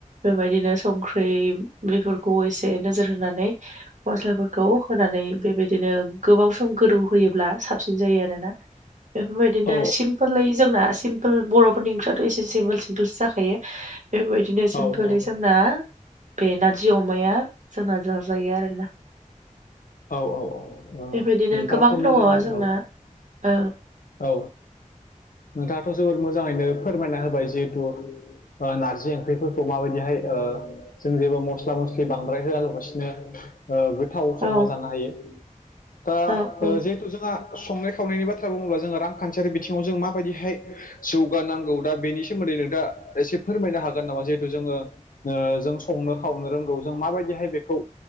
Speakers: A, on the right; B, on the left.
A: बेबायदिनो संख्रि बेफोरखौ एसे नोजोर होनानै मस्लाफोरखौ होनानै बेबायदिनो गोबाव सम गोदौ होयोब्ला साबसिन जायो आरोना? बेफोरबायदिनो
B: औ
A: सिमपोलै जोंना सिम्पोल बर'फोरनि ओंख्रियाथ' एसे सिमपोल सिम्पोलस जाखायो बेफोरबायदिनो
B: औ
A: सिपो दा बे नारजि अमाया जोंना जााजायो आरोना?
B: औ औ औ
A: बेबायदिनो
B: नोंथाङाथ'
A: गोबां दङ
B: मोजाङै
A: जोंना
B: औ
A: औ
B: औ नोंथाङाथ' जोबोद मोजाङैनो फोरमायना होबाय जिहेथु नारजि ओंख्रिफोरखौ माबायदिहाय जों जेबो मस्ला मस्लि बांद्राय होआलाबसिनो गोथाव
A: औ
B: समा जानो हायो दा
A: औ औ
B: जिहेथु जोंहा संनाय खावनायनि बाथ्रा बुङोब्ला जोङो रांखान्थियारि बिथिङाव जों माबायदिहाय जौगानांगौ दा बेनि सोमोन्दै नोंथाङा एसे फोरमायनो हागोन नामा जिहेथु जोङो जों संनो खावनो रोंगौ जों माबायदिहाय बेखौ